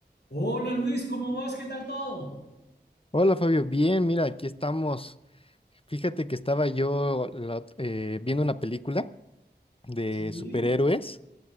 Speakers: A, on the left; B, on the left.
A: Hola Luis, ¿cómo vas? ¿Qué tal todo?
B: Hola Fabio, bien, mira, aquí estamos. Fíjate que estaba yo la ot- eh, viendo una película de
A: Sí,
B: superhéroes